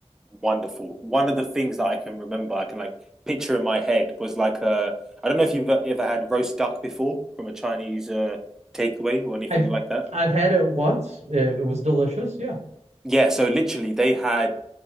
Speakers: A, in the centre; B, on the right.
A: wonderful. One of the things that I can remember, I can like picture in my head was like a I don't know if you've e-, ever had roast duck before from a Chinese uh, takeaway or anything
B: I've
A: like that.
B: I've had it once. It, it was delicious. Yeah.
A: Yeah, so literally they had